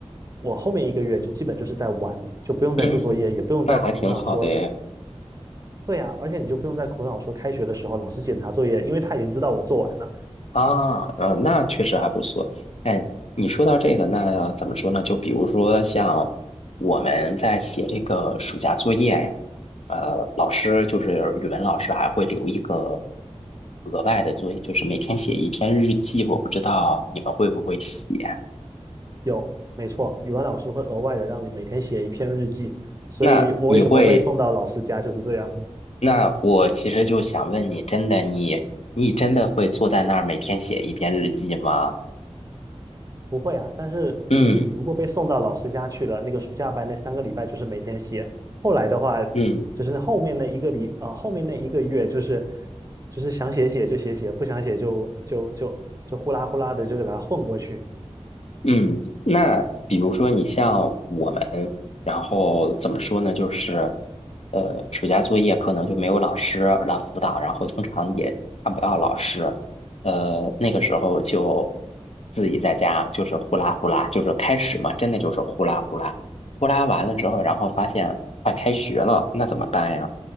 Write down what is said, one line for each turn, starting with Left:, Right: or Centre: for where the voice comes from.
Right: 我后面一个月就基本就是在玩，就不用再做作业，
Left: 嗯，
Right: 也不用再苦恼说
Left: 那还挺好的耶。
Right: 对呀，而且你就不用再苦恼说开学的时候老师检查作业，因为他已经知道我做完了。
Left: 啊，呃，那确实还不错。哎，你说到这个，那怎么说呢？就比如说像我们在写这个暑假作业呀，呃，老师就是语文老师还会留一个额外的作业，就是每天写一篇日记。我不知道你们会不会写？
Right: 有，没错，语文老师会额外的让你每天写一篇日记，所以我为什么被送到老师家就是这样。
Left: 那你会？那我其实就想问你，真的你你真的会坐在那儿每天写一篇日记吗？
Right: 不会啊，但是你如果被送到老师家去了，
Left: 嗯
Right: 那个暑假班那三个礼拜就是每天写，后来的话
Left: 嗯。
Right: 就是后面那一个礼，呃，后面那一个月就是就是想写写就写写，不想写就就就就呼啦呼啦的就给它混过去。
Left: 嗯，那比如说你像我们，然后怎么说呢？就是，呃，暑假作业可能就没有老师来辅导，然后通常也看不到老师，呃，那个时候就自己在家就是呼啦呼啦，就是开始嘛，真的就是呼啦呼啦，呼啦完了之后，然后发现快开学了，那怎么办呀？